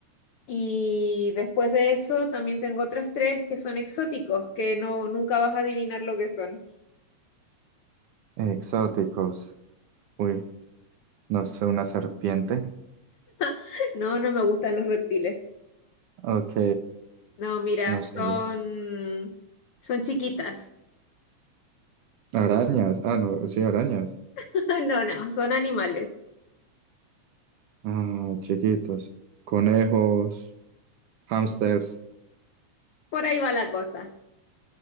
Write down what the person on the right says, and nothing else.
Exóticos. Uy, no sé, una serpiente.
Ok,
no
sé.
Arañas. Ah, no, sí, arañas.
Ah, chiquitos. Conejos, hamsters,